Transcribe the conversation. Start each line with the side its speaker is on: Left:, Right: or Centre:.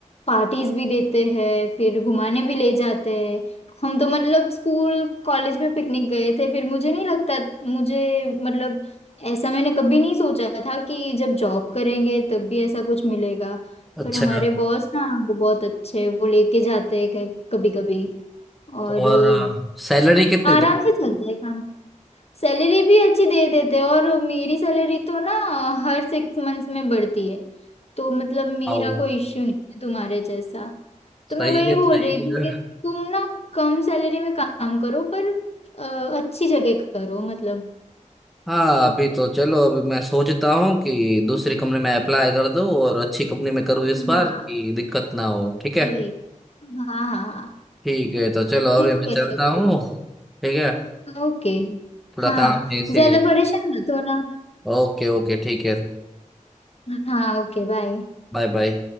Left: पार्टीज भी देते हैं फिर घुमाने भी ले जाते हैं हम तो मतलब स्कूल कॉलेज में पिकनिक गए थे फिर मुझे नहीं लगता मुझे मतलब ऐसा मैंने कभी नहीं सोचा था कि जब जॉब करेंगे तब भी ऐसा कुछ मिलेगा
Centre: अच्छा
Left: पर हमारे बॉस ना वो बहुत अच्छे हैं, वो लेके जाते हैं कभी कभी और
Centre: और
Left: अ,
Centre: सैलरी कितनी
Left: आराम
Centre: दे
Left: से चलता है काम सैलरी भी अच्छी दे देते हैं और मेरी सैलरी तो ना हर सिक्स मंथ्स में बढ़ती है तो मतलब मेरा
Centre: पाओ
Left: कोई इश्यू नहीं है तुम्हारे जैसा तो
Centre: सही
Left: मैं वही
Centre: है
Left: बोल
Centre: सही
Left: रही थी
Centre: है
Left: कि तुम ना कम सैलरी में काम करो पर अ, अच्छी जगह करो मतलब
Centre: हाँ अभी तो चलो अभी मैं सोचता हूँ कि दूसरी कंपनी में अप्लाई कर दूँ और अच्छी कंपनी में करूँ इस बार
Left: हाँ
Centre: कि दिक्कत ना हो ठीक है
Left: वही हाँ हाँ हाँ,
Centre: ठीक है तो चलो
Left: ठीक
Centre: अभी मैं
Left: है
Centre: चलता
Left: तो
Centre: हूँ ठीक है
Left: ओके
Centre: थोड़ा
Left: हाँ
Centre: काम है इसीलिए
Left: ज्यादा परेशान मत हो ना
Centre: ओके ओके ठीक है
Left: हाँ ओके बाय
Centre: Bye bye